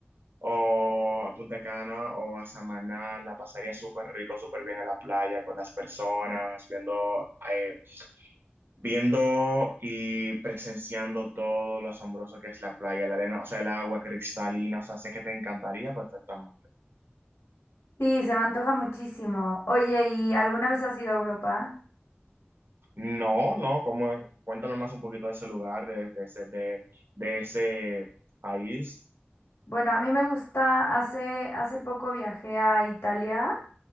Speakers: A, on the right (about 65°); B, on the left (about 85°).
A: o a Punta Cana o a Samaná, la pasaría súper rico, súper bien en la playa con las personas, viendo, eh, viendo y presenciando todo lo asombroso que es la playa, la arena, o sea, el agua cristalina, o sea, sé que te encantaría perfectamente.
B: Sí, se me antoja muchísimo. Oye, ¿y alguna vez has ido a Europa?
A: No, no, ¿cómo? Cuéntame más un poquito de ese lugar, de, de ese, de, de ese país.
B: Bueno, a mí me gusta, hace, hace poco viajé a Italia